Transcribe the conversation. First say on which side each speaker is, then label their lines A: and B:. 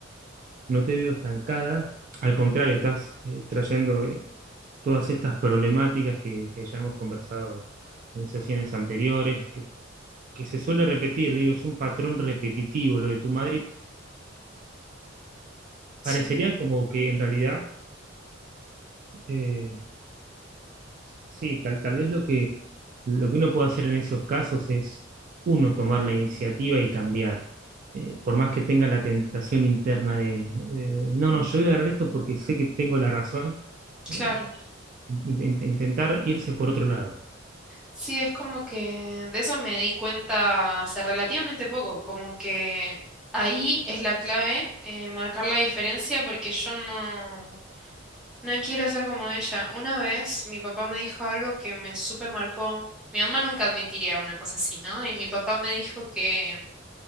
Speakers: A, on the right; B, in the centre.
A: no te veo estancada, al contrario, estás eh, trayendo eh, todas estas problemáticas que, que ya hemos conversado en sesiones anteriores, que, que se suele repetir, digo, es un patrón repetitivo lo de tu madre, y
B: sí,
A: parecería como que en realidad, eh, sí, tal, tal vez lo que, lo que uno puede hacer en esos casos es uno tomar la iniciativa y cambiar. Eh, por más que tenga la tentación interna de, de- de, no, no, yo voy a ganar esto porque sé que tengo la razón, eh,
B: claro.
A: in- in- intentar irse por otro lado.
B: Sí, es como que de eso me di cuenta hace relativamente poco, como que ahí es la clave, eh, marcar la diferencia porque yo no, no quiero ser como ella. Una vez mi papá me dijo algo que me súper marcó. Mi mamá nunca admitiría una cosa así, ¿no? Y mi papá me dijo que,